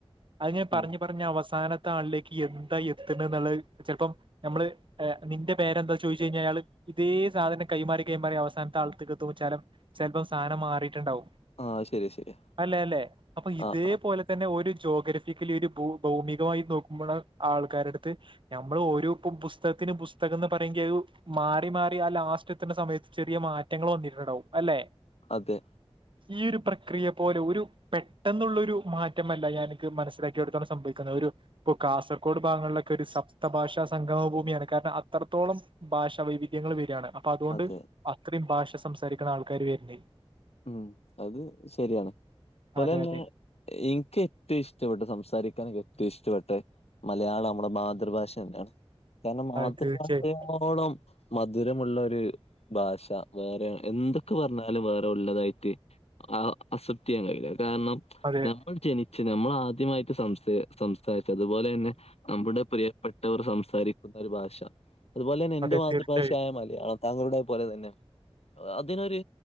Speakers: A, on the right; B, on the left.
A: അത് ഞാ പറഞ്ഞ്,
B: ഉം
A: പറഞ്ഞ് അവസാന ത്ത ആളിലേക്ക് എന്താ എത്ത്ണെന്നുള്ളത് ചിലപ്പോം നമ്മള് നിന്റെ പേരെന്താ ചോയിച്ചു കഴിഞ്ഞാ അയാള് ഇതേ സാധനം കൈമാറി, കൈമാറി അവസാനത്തെ ആള്ത്തേക്ക് എത്തുമ്പോ വിച്ചാലും ചെലപ്പം സാനം മാറീട്ടുണ്ടാവും.
B: ആ ശരി ശരി
A: അല്ലെ, അല്ലെ അപ്പൊ ഇതേപോല
B: ആ ആ
A: തന്നെ ഒരു ജോഗ്രഫിക്കലി ഒരുഭൂ, ഭൗമികമായി നോക്കുമ്പോള്ള ആൾക്കാരടുത്ത് ഞമ്മള് ഒരു പു പുസ്തകത്തിന്, പുസ്തകംന്ന് പറയെങ്ക ഒ മാറി, മാറി ആ ലാസ്റ്റ് എത്തണ സമയത്ത് ചെറിയ മാറ്റങ്ങൾ വന്നിരുട്ടുണ്ടാവും അല്ലെ?
B: അതെ.
A: ഈ ഒരു പ്രക്രിയ പോലെ ഒരു പെട്ടെന്നുള്ളൊരു മാറ്റമല്ല ഞാൻക്ക് മനസ്സിലാക്കിയെടുത്താണ് സംഭവിക്കുന്നത് ഒരു ഇപ്പൊ കാസർകോട് ഭാഗങ്ങളിലൊക്കെ ഒരു സപ്തഭാഷ സംഗമ ഭൂമിയാണ്. കാരണം അത്രത്തോളം ഭാഷ വൈവിധ്യങ്ങള് വര്ആണ് അപ്പൊ അതുകൊണ്ട്
B: അതെ
A: അത്രയും ഭാഷ സംസാരിക്കണ ആൾക്കാര് വെര്ണെ.
B: ഉം അത് ശെരിയാണ്. പോലെന്നെ
A: അതെ അതെ
B: ഇനിക്കേറ്റോം ഇഷ്ടപ്പെട്ട സംസാരിക്കാനൊക്കെ ഏറ്റോം ഇഷ്ടപ്പെട്ടെ മലയാളം നമ്മള മാതൃഭാഷ തന്നാണ്. കാരണം മാതൃഭാഷയോളം
A: അതെ തീർച്ചയായും
B: മധുരമുള്ളൊരു ഭാഷ വേറെ എന്തൊക്കെ വറഞ്ഞാലും വേറെ ഉള്ളതായിട്ട് ആ അസപ്റ്റിയാൻ കഴിയൂല. കാരണം
A: അതെ
B: ഞമ്മൾ ജനിച്ച്. ഞമ്മൾ ആദ്യമായിട്ട് സംസ, സംസാരിച്ചതുപോലെ തന്നെ നമ്മുടെ പ്രിയപ്പെട്ടവർ സംസാരിക്കുന്ന ഒരു ഭാഷ അതുപോലെ ന്നെ എന്റെ
A: അതെ
B: മാതൃഭാഷയായ
A: തീർച്ചയായും
B: മലയാളം. താങ്കളുടെ പോലെ തന്നെ അതിനൊരു